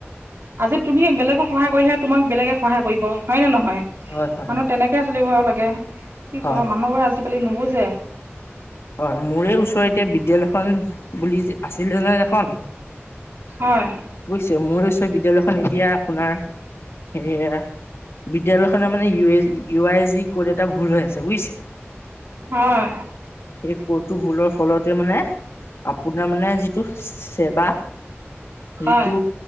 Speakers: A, on the right (about 65°); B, on the left (about 65°).
A: আজি তুমি বেলেগক সহায় কৰিলেহে তোমাক বেলেগে সহায় কৰিব হয়নে নহয়?
B: হয় হয়
A: মানুহ
B: হয়
A: তেনেকে চলিব লাগে কি
B: হয়
A: ক মানুহবোৰে আজিকালি নুবুজে।
B: হয় মোৰে ওচৰত এতিয়া বিদ্যালয়খন বুলি যে আছিলে যে এখন।
A: হয়।
B: বুইছে মোৰ উচৰ বিদ্যয়ালয়খন এতিয়া আপোনাৰ সেয়া বিদ্যালয়খনৰ মানে ই এ ইউ আই জি ক'ত এটা ভুল হৈ আছে বুইছে
A: হয়।
B: এ পটু ভুলৰ ফলতে মানে আপোনাৰ মানে যিটো চেৱা যিতু
A: হয়